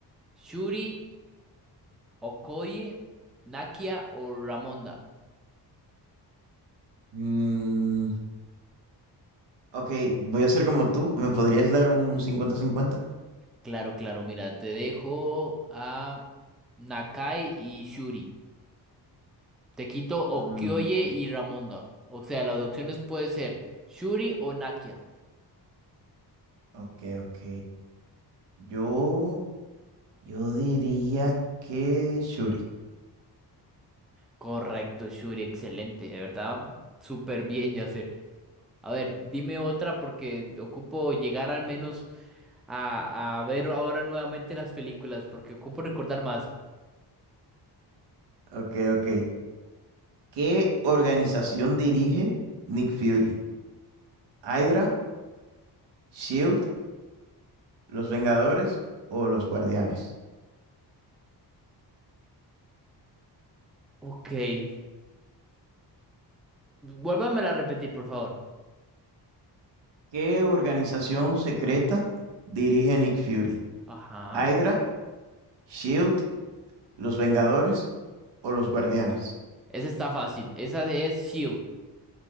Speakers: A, in the centre; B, on the right.
A: ¿Shuri, Okoye, Nakia o Ramonda?
B: Mm, ok, voy a ser como tú. ¿Me podrías dar un cincuenta-cincuenta.
A: Claro, claro, mira, te dejo a Nakai y Shuri. Te quito Okioye
B: Mm,
A: y Ramonda. O sea, las opciones puede ser Shuri o Nakia.
B: ok, ok. Yo, yo diría que Shuri.
A: Correcto, Shuri, excelente. De verdad, súper bien, Yacer. A ver, dime otra porque ocupo llegar al menos a, a ver ahora nuevamente las películas porque ocupo recordar más.
B: Ok, ok. ¿Qué organización dirige Nick Fury? ¿Hydra, Shield, los Vengadores o los Guardianes?
A: Ok, eh, vuélvamela a repetir, por favor.
B: ¿Qué organización secreta dirige Nick Fury?
A: Ajá.
B: ¿Hydra, Shield, ¿Los Vengadores o los Guardianes?
A: Esa está fácil. Esa es Shield.